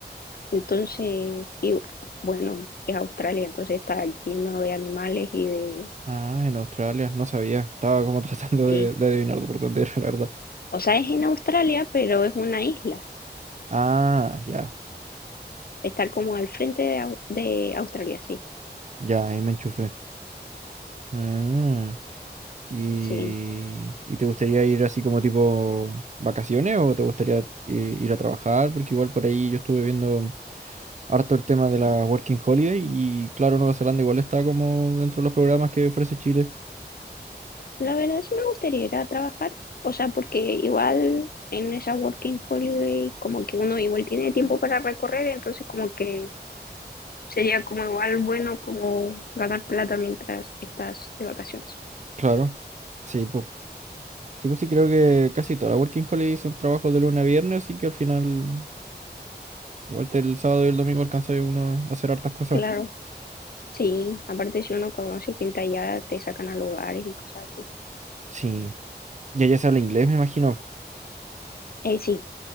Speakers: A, on the left; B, on the right.
A: Entonces, y bueno, es Australia, entonces está lleno de animales y de...
B: Ah, en Australia, no sabía. Estaba como <laughs> tratando
A: Sí,
B: de, de adivinar por dónde era, la verdad.
A: o sea, es en Australia, pero es una isla.
B: Ah, ya,
A: Está como al frente de, Au- de Australia, sí.
B: ya, ahí me enchufé. Ah. ¿Y,
A: Sí.
B: y te gustaría ir así como tipo vacaciones o te gustaría eh, ir a trabajar? Porque igual por ahí yo estuve viendo harto el tema de la Working Holiday y claro, Nueva Zelanda igual está como dentro de los programas que ofrece Chile.
A: La verdad sí me gustaría ir a trabajar, o sea, porque igual en esa working holiday como que uno igual tiene tiempo para recorrer, entonces como que sería como igual bueno como ganar plata mientras estás de vacaciones.
B: Claro, sí, pues. Sí, pues sí, creo que casi todas las Working Holiday son trabajos de lunes a viernes, así que al final, igual te- el sábado y el domingo alcanza uno a hacer hartas cosas.
A: Claro, sí, aparte si uno conoce gente allá te sacan a lugares y cosas así.
B: Sí, y allá se habla inglés, me imagino.
A: Eh, sí,